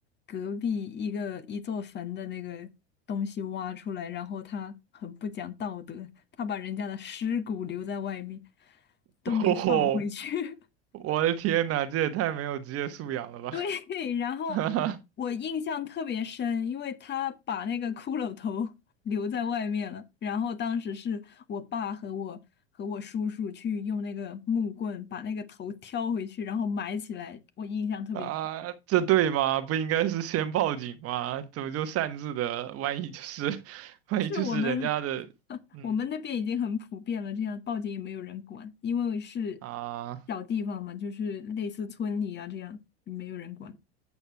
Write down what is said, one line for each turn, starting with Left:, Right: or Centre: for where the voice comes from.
Left: 隔壁一个一座坟的那个东西挖出来，然后他很不讲道德，他把人家的尸骨留在外面，
Right: <laughs>
Left: 都没放回去。
Right: 哦，我的天呐，这也太没有职业素养了吧！
Left: <laughs> 对，然后
Right: <laughs> 哈哈
Left: 我印象特别深，因为他把那个骷髅头 <laughs> 留在外面了。然后当时是我爸和我和我叔叔去用那个木棍把那个头挑回去，然后埋起来。我印象特别深
Right: 啊，这对吗？不应该是先报警吗？怎么就擅自的？万一就是，<laughs> 万一就是人家的，
Left: 是我们 <laughs>
Right: 嗯
Left: 我们那边已经很普遍了，这样报警也没有人管，因为是
Right: 啊。
Left: 小地方嘛，就是类似村里啊这样，没有人管。